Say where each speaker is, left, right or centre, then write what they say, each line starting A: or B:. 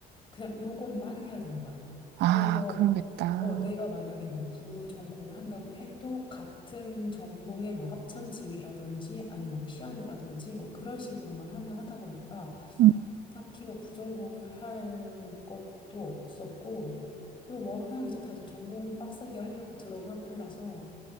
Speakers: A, on the left; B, on the right.
A: 그냥 요것만 해야 되는 거야.
B: 아,
A: 그래서
B: 그러겠다.
A: 어, 내가 만약에 뭐 부전공을 한다고 해도 같은 전공의 뭐 합창 지휘라든지 아니면 뭐 피아노라든지 뭐 그런 식으로만 하나 하다 보니까
B: 음.
A: 딱히 뭐 부전공을 할 것도 없었고 그리고 워낙 이제 다들 전공 빡세게 하려고 들어온 학교라서